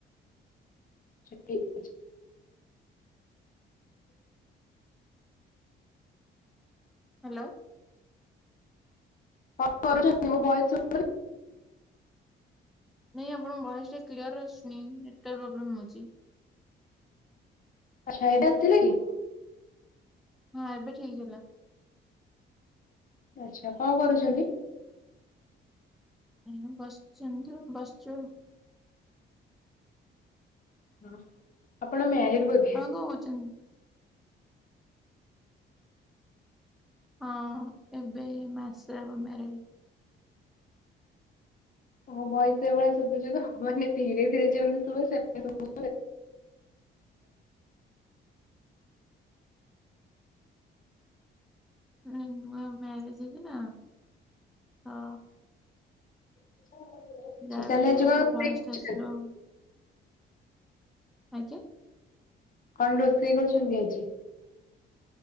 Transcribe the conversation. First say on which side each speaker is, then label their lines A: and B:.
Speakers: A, on the left; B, in the centre.
A: ଛୁଟି ଅଛ୍
B: ହାଲୋ।
A: ହଁ କରୁଛନ୍ତି ମୋ ଭଏସ୍ ଶୁଉନି।
B: ନିଁ ଆପଣଙ୍କ ଭଏସ୍ ଟା କ୍ଲିୟର୍ ଆସୁନି ନେଟୱାର୍ ପ୍ରୋବ୍ଲେମ୍ ହଉଚି।
A: ଆଚ୍ଛା ଏବେ ଆସିଲା କି?
B: ହଁ ଏବେ ଠିକ୍ ହେଲା।
A: ଆଚ୍ଛା କଣ କରୁଚନ୍ତି?
B: ଏ ବସିଚନ୍ତି ଆଉ ବସଚ।
A: ହଁ ଆପଣ ମ୍ୟାରେଡ଼୍ ବ
B: ଆପଣ କଁ କରଚନ୍ତି? ହଁ ଏବେ ଏଇ ମାସେ ହବ ମ୍ୟାରେଡ଼୍।
A: ଓହୋ ଭଏସ୍ ସେଇ ଭଳିଆ ଶୁଭୁଚି ତ ମାନେ ଧୀରେ ଧୀରେ ଯେମିତି ଶୁଭେ ସେମ୍ ଶୁବୁ
B: ଉଁ ନୂଆ ମ୍ୟାରେଜ୍ ହେଇଚି ନା ତ
A: ଆଚ୍ଛା
B: ଯା
A: ତାହେଲେ
B: ବି ହେଲେ
A: ଆଜି କଣ
B: ତ
A: ରୋଷେଇ
B: ଭଏସ୍
A: କରିଛନ୍ତି?
B: ଟା ସ୍ଲୋ ଆଜ୍ଞା?
A: କଣ ରୋଷେଇ କରୁଛନ୍ତି ଆଜି?